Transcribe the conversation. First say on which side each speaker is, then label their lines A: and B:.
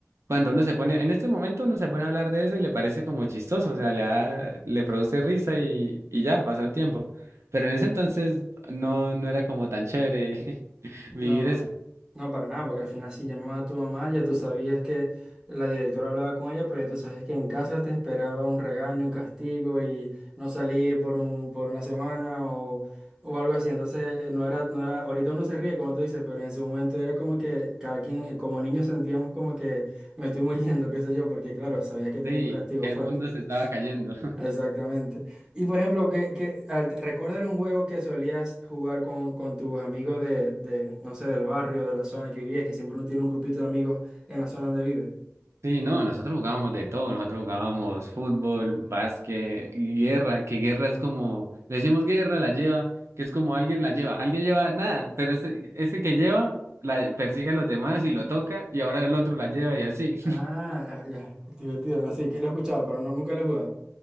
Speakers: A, on the right (about 70°); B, on the right (about 15°).
A: cuando uno se pone, en este momento uno se pone a hablar de eso y le parece como chistoso, o sea, le da, le produce risa y, y ya, pasa el tiempo. Pero en ese entonces no, no era como tan chévere <laughs>
B: No,
A: vivir eso.
B: no para nada, porque al final si llamaba a tu mamá, ya tú sabías que la directora hablaba con ella, pero ya tú sabías que en casa te esperaba un regaño, un castigo y no salir por un, por una semana o, o algo así. Entonces, no era, no era, ahorita uno se ríe, como tú dices, pero en ese momento era como que cada quien, como niños sentíamos como que me estoy muriendo, <laughs> qué sé yo, porque claro, sabías que te
A: Sí,
B: venía un castigo
A: el
B: fuerte.
A: mundo se estaba cayendo.
B: Exactamente. Y por ejemplo, que, que al- recuérdale un juego que solías jugar con, con tus amigos de, de, no sé, del barrio, de la zona que vivías, que siempre uno tiene un grupito de amigos en la zona donde vive.
A: Sí, no, nosotros jugábamos de todo, nosotros jugábamos fútbol, básquet, guerra, que guerra es como, le decimos guerra, la lleva, que es como alguien la lleva, alguien lleva nada, pero ese, ese que lleva la persigue a los demás y lo toca y ahora el otro la lleva y así. <laughs>
B: Ah, ah, ya, es divertido. No, sí, que lo he escuchado, pero no, nunca lo he jugado.